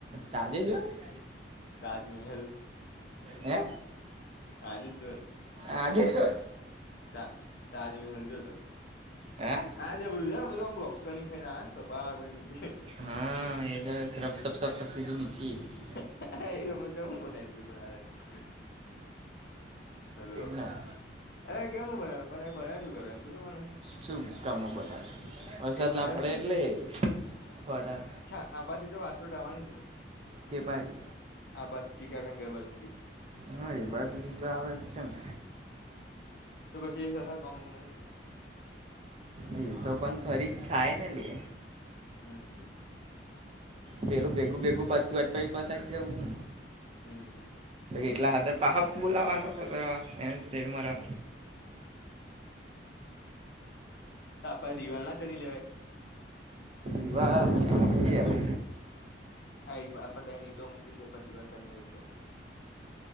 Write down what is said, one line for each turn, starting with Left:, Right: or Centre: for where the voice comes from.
Right: તાજે જો હોય.
Left: તાજમહેલ.
Right: હે
Left: આજ જ દો
Right: આજે જો
Left: તો. તાજમહેલ જો હતો.
Right: હે.
Left: આજે બોલુંજલમ લફ્શો ની ખાઈ ના, સોભ આગલે જે.
Right: હા એ સફ સ સ સથીધુની છીએ <unintelligible>
Left: હ એ ગ તો હ બનાવી દીધું પણ આના <unintelligible> હેલો,
Right: ના
Left: અ કેમું બનાવ્યું, પણ એ બનાવ શું કરે, એમ તો કે મને
Right: શું ગામ ન બનાવે, વરસાદ
Left: એ બનાવે
Right: ના પડે,
Left: શું
Right: એટલે
Left: કર
Right: થોડા
Left: આ બાછી તો વાછોટાવાની જ ને.
Right: કે ભાઈ.
Left: હા, પછચીખા ખ કરે બાજુ થી.
Right: હા, એ બાજુ તો આવે જ છે ને.
Left: તો પછી એક કોમનને.
Right: એ તો પણ ફરી ખાય ને લિ.
Left: હમ, હમ.
Right: પેલું ભેગું ભેગું પતું જ પ પતા જ દવું.
Left: હમ હમ
Right: એટલા હાર પાપ બોલાવાના.
Left: તો આપડે દિવાલ ના ચણી લેવાય.
Right: એભાર જી આવે.
Left: હા, એ એ ઈટો મૂકી છે, દિવાલ ચાની હોય તો.